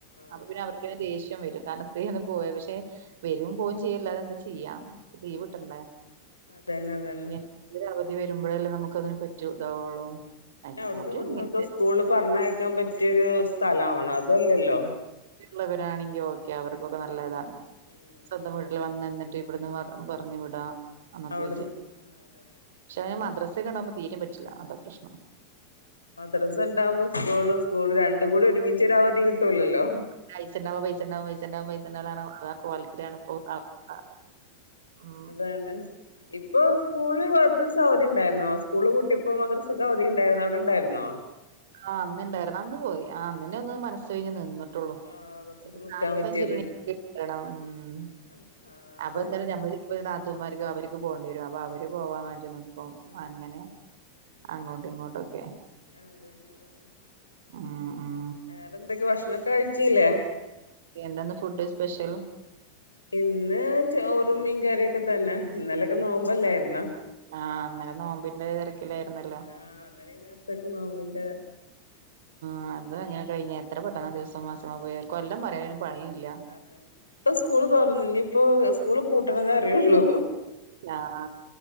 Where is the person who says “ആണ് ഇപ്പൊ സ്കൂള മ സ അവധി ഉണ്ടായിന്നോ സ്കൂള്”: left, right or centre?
Left